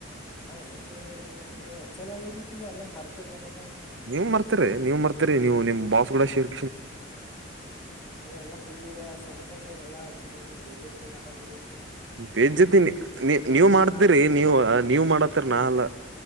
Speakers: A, on the left (about 25°); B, on the right (about 65°).
A: ಅ ಏನ್ರಿ ನೀವು ಅಚ್ಚಲ ಆಗಿರರಿ ಈಗ ಎಲ್ಲ ಮರ್ತರ ನಮಗ್
B: ನೀವ್ ಮರ್ತರಿ ನೀವ್ ಮರ್ತರಿ ನೀವು ನಿಮ್ ಬಾಸ್ ಕೂಡ ಶೇರ್
A: ಈಲ್ಲಾ ಫುಲ್ ಈಗ ಶನಿ ಬಂದರೆ ಎಲ್ಲಾ ಫುಲ್ ಹಿಂಗ ಬೇಜಾತಿ ಮಾಡದು
B: ಬೇಜ್ಜತಿ ನೀ ನೀವ್
A: ಇದು
B: ಮಾಡ್ತೀರಿ
A: ಮಾಡತ್ತರಿ
B: ನೀವು ನೀವ್ ಮಾಡತ್ತರಿ ನಾಲ್ಲ